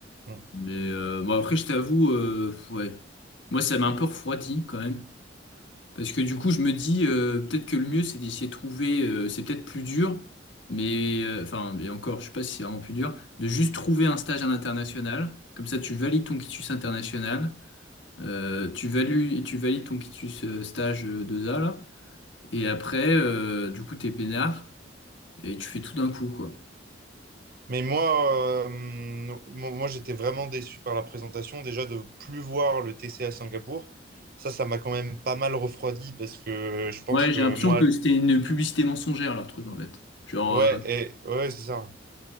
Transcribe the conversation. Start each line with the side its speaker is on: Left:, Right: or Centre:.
Right: Mm.
Left: Mais euh, bon, après, je t'avoue, euh, ouais. Moi, ça m'a un peu refroidi quand même. Parce que du coup, je me dis, euh, peut-être que le mieux, c'est d'essayer de trouver, euh, c'est peut-être plus dur, mais euh, enfin, et encore, je sais pas si c'est vraiment plus dur, de juste trouver un stage à l'international. Comme ça, tu valides ton quitus international, euh, tu values, tu valides ton quitus euh, stage euh, 2A, là, et après, euh, du coup, t'es peinard, et tu fais tout d'un coup, quoi.
Right: Mais moi, euh, mo- moi, j'étais vraiment déçu par la présentation. Déjà, de plus voir le T C à Singapour, ça, ça m'a quand même pas mal refroidi parce que je pense
Left: Ouais,
Right: que
Left: j'ai l'impression
Right: moi,
Left: que c'était une publicité mensongère, leur truc, en fait. Genre,
Right: ouais,
Left: euh,
Right: et, ouais, c'est ça.